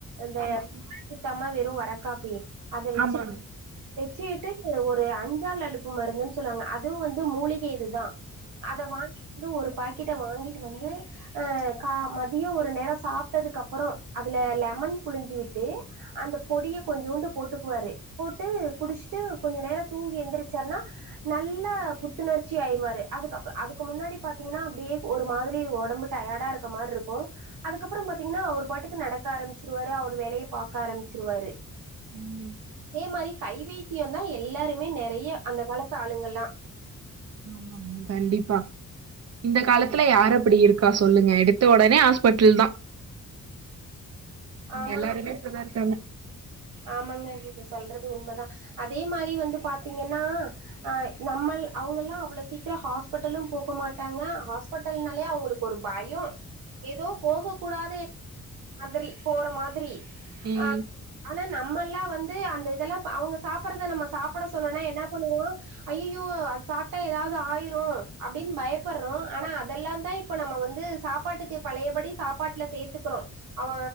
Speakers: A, on the right; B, on the right.
A: இந்த
B: ஆமாங்க
A: பால் ஊத்தாம வெறு வரக்காப்பி அத வெச்சு
B: ஆமாங்க
A: வெச்சுக்கிட்டு ஒரு அஞ்சால் அலுப்பு மருந்துன் சொல்வாங்க அதுவும் வந்து மூலிகை இதுதா அத வாங்கிட்டு ந்து ஒரு பாக்கெட்ட வாங்கிட்டு வந்து அ கா மதியோ ஒரு நேரோ சாப்ட்டதுக்கு அப்பறோ அதுல லெமன் புழிஞ்சு விட்டு அந்த பொடிய கொஞ்சூண்டு போட்டுக்குவாரு போட்டு குடிஸ்ட்டு கொஞ்ச நேரோ தூங்கி எந்திரிச்சாருனா நல்ல புத்துணர்ச்சி ஆயிருவாரு அதுக்கப் அதுக்கு முன்னாடி பாத்தீங்ன்னா அப்டியே ஒரு மாதி ரி ஒடம்பு டயாடா இருக்க மார்ருக்கோ அதுக்கப்றோ பாத்தீங்ன்னா அவுரு பாட்டுக்கு நடக்க ஆரம்பிச்சிருவாரு அவுரு வேலய பாக்க ஆரம்பிச்சிருவாரு
B: ம்
A: அதே மாரி கைவைத்தியந்தா எல்லாருமே நெறைய அந்த காலத்து ஆளுங்கள்லா
B: ஆமாங்க கண்டிப்பா இந்த காலத்துல யாரு அப்படி இருக்கா சொல்லுங்க எடுத்த ஒடனே ஹாஸ்பட்டுல் தா
A: ஆமா
B: எல்லாருமே இப்டிதா இருக்காங்க
A: ஆமாங்க நீங்க சொல்றது உண்மதா அதே மாரி வந்து பாத்தீங்கன்னா அ நம்மள் அவுங்கல்லா அவ்ளோ சீக்கிரோ ஹாஸ்பெட்டலும் போக மாட்டாங்க ஹாஸ் பட்டல்னாலே அவுங்குளுக் ஒரு பயோ ஏதோ போக கூடாத எ மாதிரி போற மாதிரி
B: ம்
A: அ ஆனா நம்மல்லா வந்து அந்த இதெல்லா பா அவுங்க சாப்புறத நம்ம சாப்புட சொன்னோனா என்ன பண்ணுவோ அய்யிய்யோ அது சாப்ட்டா எதாவ்து ஆயிரோ அப்டின் பயப்பறோ ஆனா அதெல்லாந்தா இப்ப நம்ம வந்து சாப்பாட்டுக்கு பழயபடி சாப்பாட்ல சேத்துக்குறோ அவ